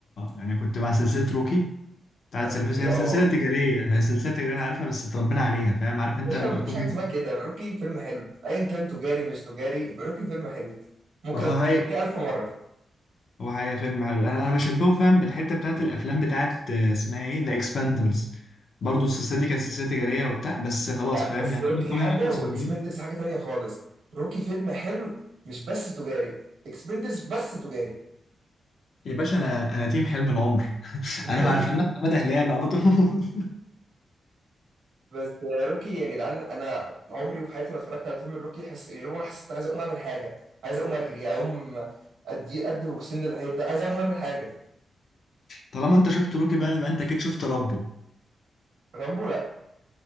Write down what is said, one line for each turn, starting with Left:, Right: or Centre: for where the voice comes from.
Left: يعني كنت مع سلسله روكي بتاعت
Right: روكي
Left: سيرفيس هي
Right: اه
Left: سلسلة تجارية هي سلسلة تجارية أنا عارفها بس اتربينا عليها فاهم عارف أنت
Right: مش
Left: لما
Right: مفيش
Left: تكون
Right: حاجة اسمها كده روكي فيلم حلو ايا كان تجاري مش تجاري روكي فيلم حلو ممكن
Left: هو هاي
Right: اتفرج ألف مرة
Left: هو هاي فيلم حلو أنا أنا بشبهه فاهم بالحتة بتاعت الأفلام بتاعت آه، اسمها إيه ذا إكسباندبلز برضه السلسلة دي كانت سلسلة تجارية وبتاع بس خلاص
Right: لا
Left: فاهم
Right: بس
Left: يعني
Right: روكي
Left: إحنا طلعنا
Right: حاجة
Left: إحنا صغيرين
Right: واكسبندرز حاجة تانية خالص روكي فيلم حلو مش بس تجاري اكسبندرز بس تجاري
Left: يا باشا أنا أنا تيم حلم العمر <laughs>
Right: <laughs>
Left: أنا مع الفنان حمادة هلال على طول <laughs>
Right: بس روكي يا جدعان انا عمري في حياتي ما اتفرجت على فيلم الروكي حس... غير وانا حسيت عايز اقوم اعمل حاجه عايز اقوم اجري اقوم ادي ادي بوكسين للحيطه عايز اقوم اعمل حاجه
Left: طالما أنت شفت روكي بقى يبقى أنت أكيد شفت رامبو
Right: رامبو لا